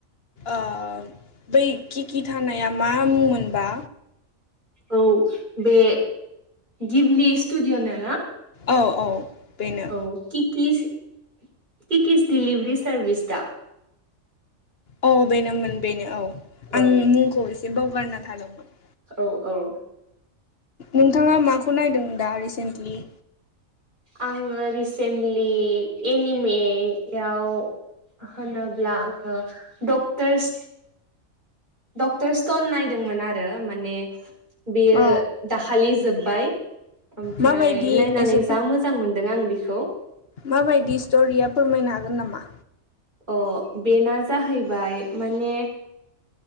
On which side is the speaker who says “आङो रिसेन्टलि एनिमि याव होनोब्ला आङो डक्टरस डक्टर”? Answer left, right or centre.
Right